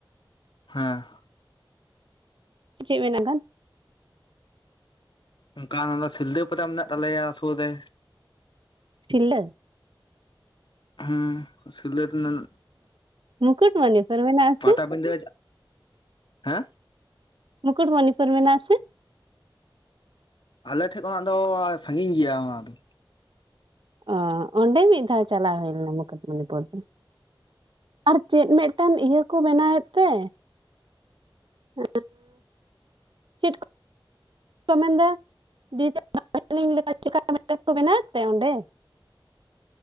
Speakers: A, on the left; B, on the right.
A: ᱦᱮᱸ
B: ᱪᱮᱫ ᱢᱮᱱᱟᱜ ᱜᱟᱱ
A: ᱚᱱᱠᱟ ᱚᱱᱟ ᱫᱚ ᱥᱤᱞᱫᱟᱹ ᱯᱟᱛᱟ ᱢᱮᱱᱟᱜ ᱛᱟᱞᱮᱭᱟ ᱥᱩᱨ ᱨᱮ᱾
B: ᱥᱤᱞᱫᱟᱹ
A: ᱦᱩᱸ ᱥᱤᱞᱫᱟᱹ ᱨᱮᱱᱟᱜ
B: ᱢᱩᱠᱩᱴᱢᱩᱱᱤᱯᱩᱨ ᱢᱮᱱᱟᱜ ᱟᱥᱮ?
A: ᱯᱟᱴᱟᱵᱤᱸᱫᱟᱹ ᱦᱮᱸ
B: ᱢᱩᱠᱩᱴᱢᱩᱱᱤᱯᱩᱨ ᱢᱮᱱᱟᱜ ᱟᱥᱮ?
A: ᱟᱞᱮᱴᱷᱮᱱ ᱠᱷᱚᱱᱟᱜ ᱫᱚ ᱥᱟᱺᱜᱤᱧ ᱜᱮᱭᱟ ᱚᱱᱟ ᱫᱚ᱾
B: ᱚ ᱚᱸᱰᱮ ᱢᱤᱫ ᱫᱷᱟᱣ ᱪᱟᱞᱟᱣ ᱦᱩᱭ ᱞᱮᱱᱟ ᱢᱩᱠᱩᱴᱢᱩᱱᱤᱯᱩᱨ ᱫᱚ᱾ ᱟᱨ ᱪᱮᱫ ᱢᱤᱫᱴᱟᱝ ᱤᱭᱟᱹ ᱠᱚ ᱵᱮᱱᱟᱣᱮᱫ ᱛᱮ? ᱦᱮ ᱪᱮᱫ ᱪ ᱠᱚ ᱢᱮᱱᱫᱟ <unintelligible> ᱞᱮᱠᱟ <inaudible> ᱯᱞᱤᱢ ᱪᱮᱠᱟ ᱢᱮᱴᱟᱜ ᱠᱚ ᱵᱮᱱᱟᱣ ᱛᱮ ᱚᱸᱰᱮ?